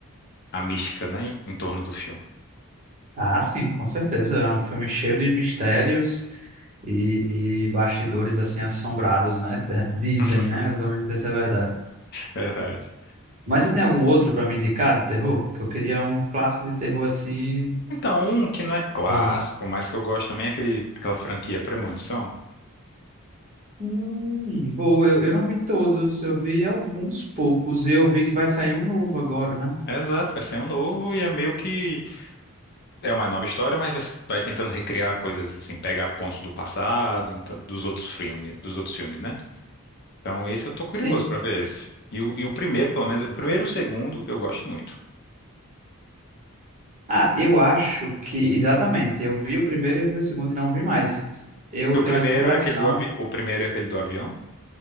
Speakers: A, on the left; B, on the right.
A: a mística, né, em torno do filme.
B: Ah, sim, com certeza. É um filme cheio de mistérios e, e bastidores, assim, assombrados, né? <laughs> Dizem,
A: <laughs>
B: né? Eu também não sei se é verdade.
A: Verdade.
B: Mas você tem algum outro para me indicar de terror? Que eu queria um clássico de terror, assim.
A: Então, um que não é clássico,
B: bom.
A: mas que eu gosto também é aquele, aquela franquia Premonição.
B: Hum, boa, eu, eu não vi todos, eu vi alguns poucos e eu vi que vai sair um novo agora, né?
A: É exato, vai ser um novo e é meio que é uma nova história, mas vai, vai tentando recriar coisas assim, pegar pontos do passado, então, dos outros filmes, dos outros filmes, né? Então, esse eu tô curioso
B: Sim.
A: pra ver esse. E o, e o primeiro, pelo menos, o primeiro e o segundo eu gosto muito.
B: Ah, eu acho que, exatamente, eu vi o primeiro e vi o segundo e não vi mais. Eu
A: E o
B: tenho
A: primeiro
B: essa impressão,
A: é aquele do avi... o primeiro é aquele do avião.